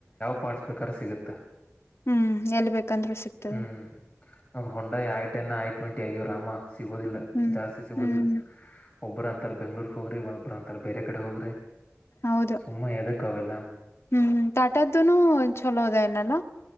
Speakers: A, on the left; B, on the left.
A: ಪಾಡ್ಸ್ ಬೇಕಾದ್ರೆ ಸಿಗುತ್ತೆ
B: ಹ್ಮ್ ಎಲ್ ಬೇಕಂದ್ರು ಸಿಗ್ತದ
A: ಹ್ಮ್ ಹೊೋಂಡಾ ಆಯಟನ್ನ ಆಯ ಟ್ವೆಂಟಿ ಅಯ್ಯೋ ರಾಮ ಸಿಗೋದಿಲ್ಲ
B: ಹ್ಮ್
A: ಜಾಸ್ತಿ ಸಿಗೋದಿಲ್ಲ
B: ಹ್ಮ್
A: ಒಬ್ಬ್ರ ಅಂತಾರ ಬೆಂಗ್ಳೂರ್ಕ್ ಹೋಗ್ರಿ ಒಬ್ಬ್ರ ಅಂತಾರ ಬೇರೆ ಕಡೆ ಹೋಗ್ರಿ
B: ಹೌದು
A: ಸುಮ್ಮ ಎದಕ್ ಅವೆಲ್ಲ
B: ಹ್ಮ್ ತಟದ್ದನು ಚಲೋದ ನಲ್ಲ